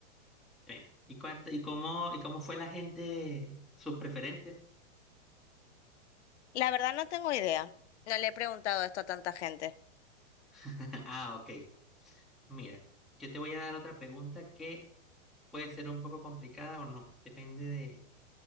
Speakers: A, in the centre; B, on the left (about 60°).
A: Mira, ¿y cuánto, y cómo, y cómo fue la gente, sus preferencias?
B: La verdad no tengo idea. No le he preguntado esto a tanta gente.
A: <laughs> Ah, ok. Mira, yo te voy a dar otra pregunta que puede ser un poco complicada o no. Depende de,